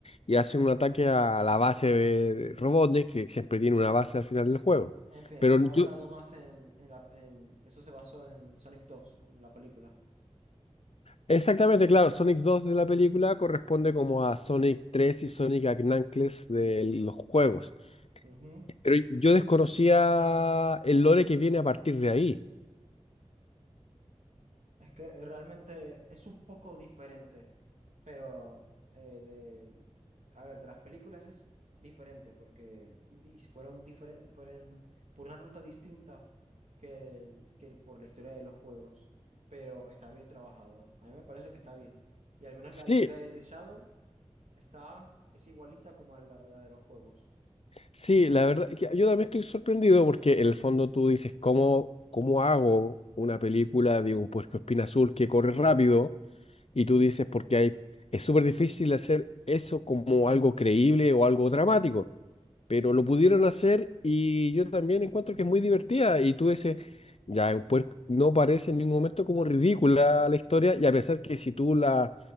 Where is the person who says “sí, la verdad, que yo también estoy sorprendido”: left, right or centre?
Left